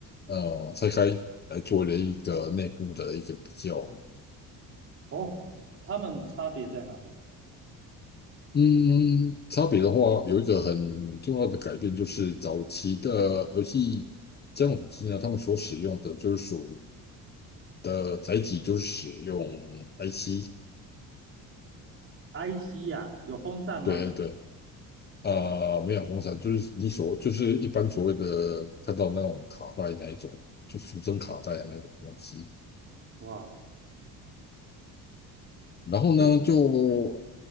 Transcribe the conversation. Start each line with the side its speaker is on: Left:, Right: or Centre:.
Left: 呃，拆开来做了一个内部的一个比较。
Right: 哦，它们差别在哪里
Left: 嗯，差别的话，有一个很重要的改变，就是早期的游戏家用主机呢，他们所使用的就是属的载体就是使用 IC，
Right: ？IC 呀，有风扇吗？
Left: 对对。啊、没有红伞，就是你所就是一般所谓的看到那种卡带那一种，就俗称卡带的那种东西。
Right: 哇，
Left: 然后呢，
Right: 这
Left: 就
Right: 嗯，